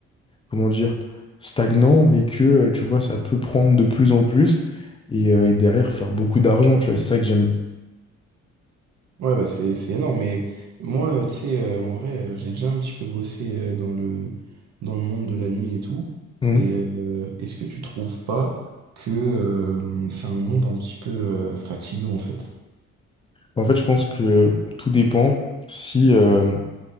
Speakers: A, on the left; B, on the right.
A: comment dire, stagnant, mais que, euh, tu vois, ça peut prendre de plus en plus et, euh, et derrière faire beaucoup d'argent, tu vois. Et c'est ça que j'aime.
B: ouais, bah c'est c'est énorme. Mais moi, euh, tu sais, euh, en vrai, euh, j'ai déjà un petit peu bossé euh, dans le dans le monde de la nuit et tout.
A: Mhm.
B: Et euh, est-ce que tu trouves pas que euh, c'est un monde un petit peu euh, fatigant en fait?
A: En fait, je pense que tout dépend si euh,